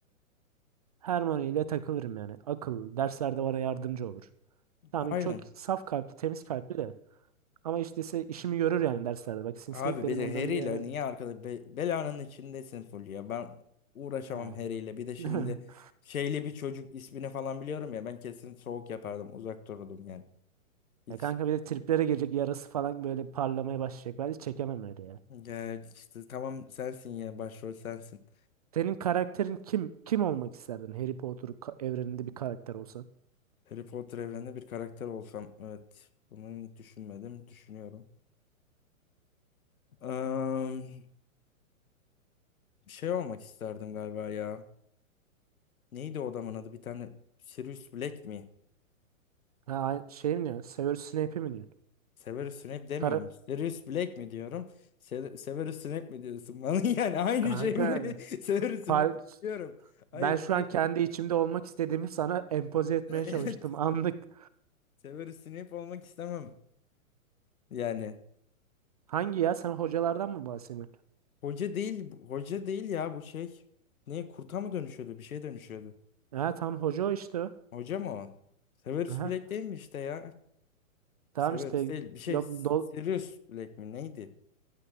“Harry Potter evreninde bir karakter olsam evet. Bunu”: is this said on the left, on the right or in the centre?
Left